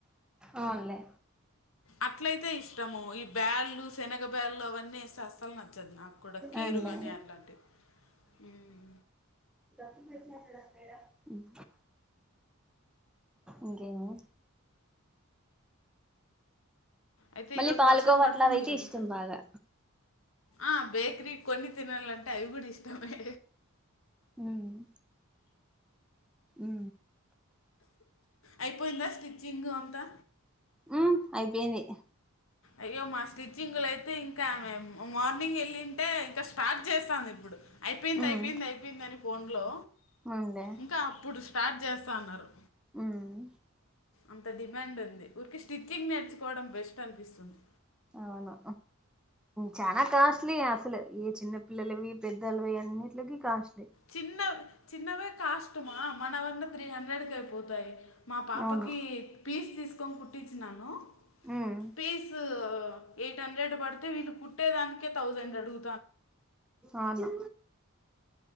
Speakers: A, in the centre; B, on the left.
A: అవునులే
B: అట్లయితే ఇష్టము ఈ బ్యాగలు శనగ బ్యా గళ్లు అవన్నీ వేస్తే అస్తలు నాచ్ దు నాకు కూడా కీరు
A: అవునులే
B: కాని అట్లాంటివి ఉమ్
A: డాకట్నాక్కడ సైడా ఉమ్ ఇంకేమీ
B: అయితే
A: మళ్ళీ
B: ఈరోజు
A: పాల్గోవా
B: వర్షం పడుతుందిలేమి
A: అట్లా అయితే ఇష్టం బాగా
B: ఆ బేక్రిీ కొన్ని తినాల అంటే అవి కూడా ఇష్టంమే
A: ఉమ్మ్ ఉ
B: అయిపోయిందా స్టిచ్చింగ్ అంతా
A: ఉమ్ అయిపోయింది
B: అయ్యో మా స్టిచ్చింగ్ లు అయితేం ఇంకాే మేమ్ మార్నింగ్ వెళ్ళింటే ఇంకా స్టార్ట్ చేస్తాం ఇప్పుడు అయిపోయింది
A: ఉమ్
B: అయిపోయింది అయిపోయింద అని ఫోన్లో
A: అవునులే
B: ఇంకా అప్పుడు స్టార్ట్ చేస్తా అన్నారు
A: ఉమ్మ్
B: అంత డిమాండ్ ఉంది ఊరికి స్టిచ్చింగ్ నేర్చుకోవడం బెస్ట్ అని పిస్తుంది
A: అవును చనాా కాస్ట్లీ అసలు ఈ చిన్న పిల్లలవి పెద్దలవి అన్నింటికి కాష్ట
B: చిన్న చిన్నవే కాస్ట్మా మన వన్న త్రీ హండ్రెడ్ కి అయిపోతాయి మా పాపకి
A: అవును
B: పీస్ తీస్ కం కుటిచ్చునను
A: ఉమ్
B: పీసు ఎయిట్ హండ్రెడ్ పడితే వీళ్ళు కుట్టే దానికే థౌసండ్ అడుగు
A: అవును